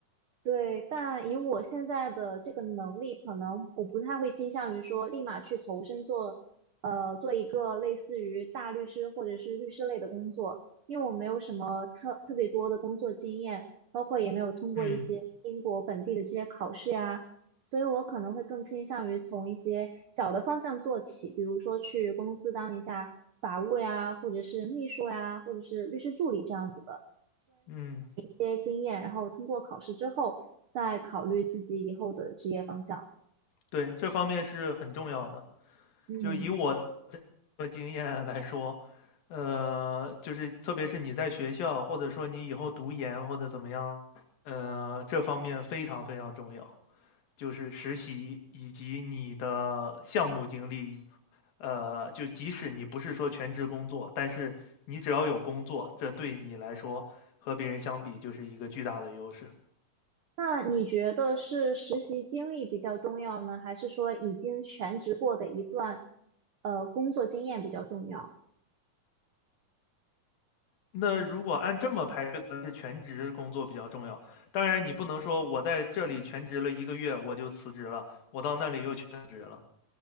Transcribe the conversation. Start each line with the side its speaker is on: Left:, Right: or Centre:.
Right: 对，但以我现在的这个能力，可能我不太会倾向于说立马去投身做，呃，做一个类似于大律师或者是律师类的工作，因为我没有什么特特别多的工作经验，包括也没有通过一些英国本地的这些考试呀，
Left: 嗯
Right: 所以我可能会更倾向于从一些小的方向做起，比如说去公司当一下法务呀，或者是秘书呀，或者是律师助理这样子的。
Left: 嗯。
Right: 些经验，然后通过考试之后再考虑自己以后的职业方向。
Left: 对，这方面是很重要的。
Right: 嗯。
Left: 就以我的经验来说，呃，就是特别是你在学校，或者说你以后读研或者怎么样，呃，这方面非常非常重要，就是实习以及你的项目经历。呃，就即使你不是说全职工作，但是你只要有工作，这对你来说和别人相比就是一个巨大的优势。
Right: 那你觉得是实习经历比较重要呢，还是说已经全职过的一段呃工作经验比较重要？
Left: 那如果按这么排，是全职工作比较重要。当然，你不能说我在这里全职了一个月我就辞职了，我到那里又全职了。